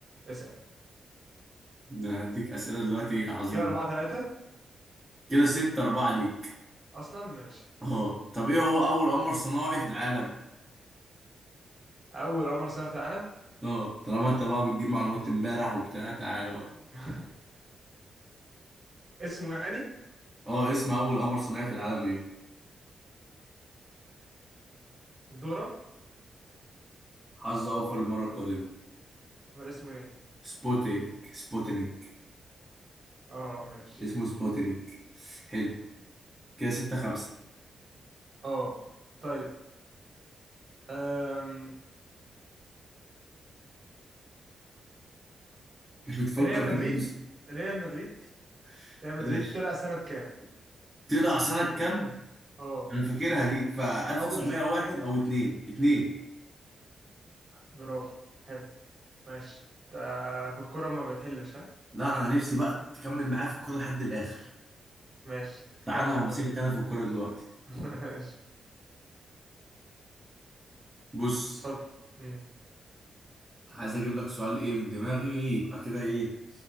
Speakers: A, on the right; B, in the centre.
A: اسال
B: أنا هديك أسئلة دلوقتي عظيمة
A: كده أربعة ثلاثة
B: كده ستة أربعة ليك
A: اصلا ماشي
B: أه طب إيه هو أول قمر صناعي في العالم؟
A: اول قمر صنع في العالم
B: أه طالما أنت بقى بتجيب معلومات إمبارح وبتاع تعالى بقى
A: <laughs> اسمه يعني
B: اه اسم اول قمر صناعي في العالم ايه
A: دورة
B: حظ اوفر للمره القادمه
A: امال اسمه ايه
B: سبوتينيك سبوتينيك
A: اه ماشي
B: اسمه سبوتينيك حلو كده ستة خمسة
A: اه طيب أم...
B: <laughs> بتفكر
A: ريال
B: تجيب
A: مدريد
B: لي س-
A: ريال مدريد
B: <laughs>
A: ريال مدريد
B: ماشي
A: طلع سنة كام
B: طلع سنة كام؟
A: اه
B: أنا فاكرها
A: انا
B: دي ف 1901
A: اول سنة
B: أو 2 2
A: برافو حلو ماشي انت في الكورة ما بتحلش ها
B: لا أنا نفسي بقى تكمل معايا في الكورة لحد الآخر
A: ماشي
B: تعالى
A: كمل
B: أنا همسكك
A: طب
B: أنا في الكورة دلوقتي
A: <laughs> ماشي
B: بص
A: اتفضل مم.
B: عايز أجيب لك سؤال إيه من دماغي يبقى كده إيه